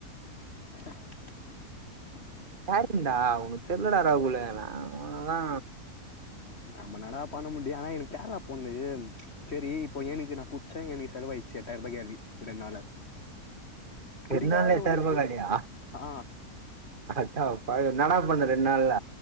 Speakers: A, on the left; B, on the right.
A: <unintelligible>
B: சாப்டணுண்டா உனக்கு தெர்லடா ராகுலு என்னா உனக்குதா
A: நம்ப என்னடா பண்ண முடியு ஆனா எனக்கு கேரளா போனது செரி இப்போ எனுக்கு நா குச்சே எனுக்கு செலவாயிச்சு எட்டாயர்ரூபா காலி ரெண்ட் நாள்ல
B: ரெண்ட்
A: குடிக்காதவனுக்கு
B: நாள்ல எட்டாயர்ரூபா காலியா
A: ஆ
B: அடப்பாவி என்னாடா பண்ண ரெண் ட் நாள்ல